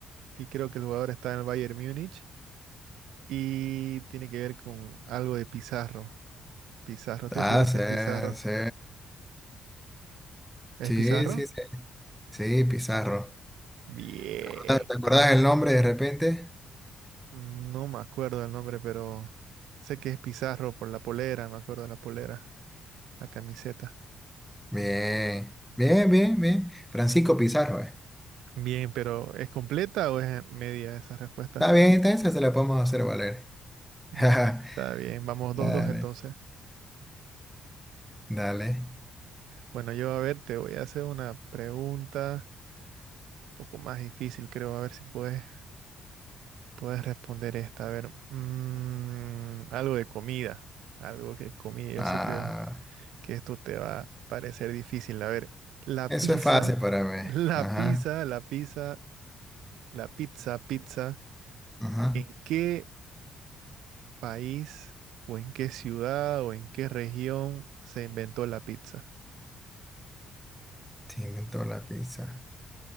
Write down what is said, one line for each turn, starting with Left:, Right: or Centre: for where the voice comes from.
Right: y creo que el jugador está en el Bayern Múnich y tiene que ver con algo de Pizarro. Pizarro, estoy
Centre: Ah,
Right: seguro
Centre: sí,
Right: que es Pizarro.
Centre: sí,
Right: ¿Es
Centre: sí,
Right: Pizarro?
Centre: sí, sí, sí, Pizarro.
Right: Bien.
Centre: ¿Te acuerdas, te acuerdas el nombre de repente?
Right: No me acuerdo el nombre, pero sé que es Pizarro por la polera, me acuerdo de la polera, la camiseta.
Centre: Bien, bien, bien, bien. Francisco Pizarro, eh.
Right: Bien, pero ¿es completa o es media esa respuesta?
Centre: Está bien, esta esa se la podemos hacer valer.
Right: Ya,
Centre: <laughs>
Right: está bien, vamos
Centre: Dale,
Right: dos dos entonces.
Centre: dale.
Right: Bueno, yo a ver, te voy a hacer una pregunta un poco más difícil, creo, a ver si puedes, puedes responder esta. A ver, mm, algo de comida, algo que comida, yo
Centre: Ah.
Right: sé, creo que esto te va a parecer difícil. A ver, la
Centre: Eso
Right: pizza,
Centre: es fácil para mí.
Right: <laughs> la
Centre: Ajá,
Right: pizza, la pizza La pizza, pizza,
Centre: ajá.
Right: ¿en qué país o en qué ciudad o en qué región se inventó la pizza?
Centre: Sí, inventó la pizza.